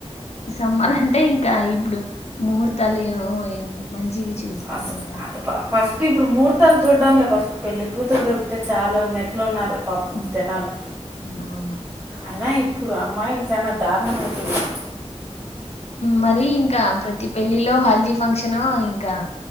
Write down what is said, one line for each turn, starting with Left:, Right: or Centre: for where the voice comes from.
Left: సమ్మర్ అంటే ఇంకా ఇప్పుడు ముహూర్తాలు ఏ వో మంచివి చూసుకోవాలి
Right: అసలు
Left: కదా
Right: ఫస్ట్ ఇప్పుడు ముహూర్తాలు చూడడం లే ఫస్ట్ పెళ్లి కూతురు దొరికితే చాలా అన్న ఇట్లు ఉన్నారు పాపం
Left: హ్మ్.
Right: జనాలు
Left: అవును.
Right: అయినా ఇప్పు ఇప్పుడు అమ్మాయిలు చాలా దారుణమవుతున్నారు
Left: మరి ఇంకా ప్రతి పెళ్లిలో హల్దీ ఫంక్షన్ ఇంకా